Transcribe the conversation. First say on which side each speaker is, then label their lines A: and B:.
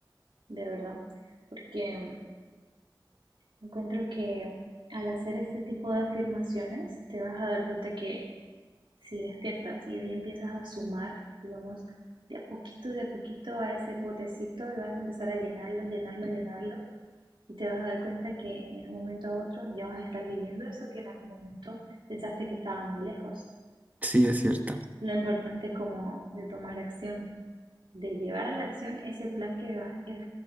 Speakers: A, on the right (about 80°); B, on the right (about 20°).
A: de verdad, porque mm, encuentro que al hacer este tipo de afirmaciones te vas a dar cuenta que si despiertas y hoy empiezas a sumar, digamos, de a poquito, de a poquito a ese potecito y vas a empezar a llenarlo, llenarlo, llenarlo, y te vas a dar cuenta que en un momento a otro ya vas a estar viviendo eso que en algún momento pensaste que estaba muy lejos.
B: Sí, es cierto.
A: Lo importante como de tomar acción, de llevar a la acción ese plan que, vas- que